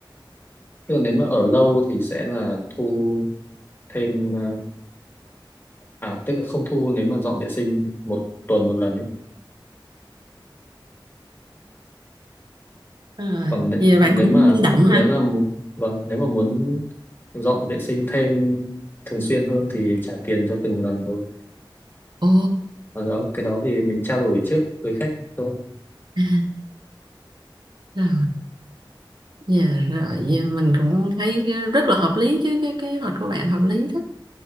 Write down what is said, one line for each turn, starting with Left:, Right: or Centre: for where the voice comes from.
Left: thường nếu mà ở lâu thì sẽ là thu thêm à à, tức là không thu nếu mà dọn vệ sinh một tuần một lần ấy.
Right: rồi
Left: còn nếu,
Right: vậy là
Left: nếu
Right: bạn cũng
Left: mà
Right: tính linh động
Left: nếu
Right: ha
Left: mà mu- vâng nếu mà muốn dọn vệ sinh thêm thường xuyên hơn thì trả tiền cho từng lần thôi
Right: ồ
Left: và đó cái đó thì mình trao đổi trước với khách thôi
Right: à, rồi dạ rồi dạ, mình cũng thấy rất là hợp lý chứ cái kế hoạch của bạn hợp lý đó